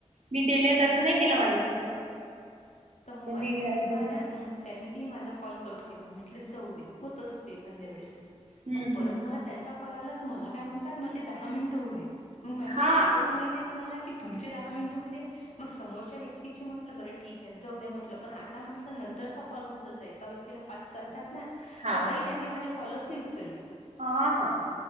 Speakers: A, on the right; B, on the left.
A: मी तेले तसं नाही केलं, माझ्यासोबत.
B: तर मग
A: त्यांनी
B: माझ्यासोबत
A: गेलं.
B: पाहा ना मग, त्यांनी कि माझा कॉल कट केला म्हंटलं जाऊ दे होत असतं. एखाद्या वेळेस
A: हम्म
B: मग परत
A: हम्म
B: मला त्यांचा कॉल आला, तर मला काय म्हणतात माझे दहा मिनिटं होऊ दे. मग म्हटलं
A: हा
B: हे कसं, माहितेय तुम्हाला कि. तुमचे दहा मिनिटं होऊदे, मग समोरच्या व्यक्तीचे म्हटलं बरं ठीक त्यांचं होऊ द्या म्हटलं. पण आता म्हंटलं नंतरचा कॉल उचलता येईल. एका व्यक्तीला पाच चालतात ना?
A: हा
B: तर
A: हा
B: ताई त्यांनी माझे कॉलच नाही उचलले.
A: हा हा